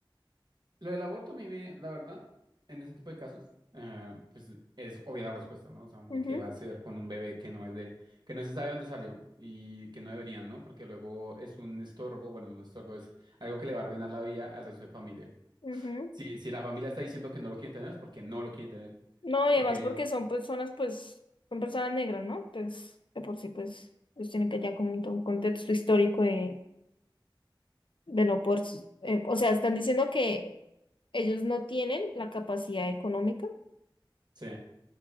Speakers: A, on the right; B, on the left.
A: Lo del aborto a mí, me- la verdad, en ese tipo de casos, eh, pues es obvia la respuesta, ¿no? O sea, uno
B: ujú,
A: qué va a hacer con un bebé que no es de, que no se sabe dónde salió y que no deberían, ¿no? Porque luego es un estorbo, bueno, un estorbo es algo que le va a arruinar la vida al resto de familia.
B: ujú.
A: Si, si la familia está diciendo que no lo quieren tener, es porque no lo quieren tener.
B: No, y
A: Porque,
B: además porque son personas, pues, son personas negras, ¿no? Pues, de por sí, pues, ellos tienen que ya como un, un contexto histórico de, de no por, eh, o sea, están diciendo que ellos no tienen la capacidad económica
A: sí,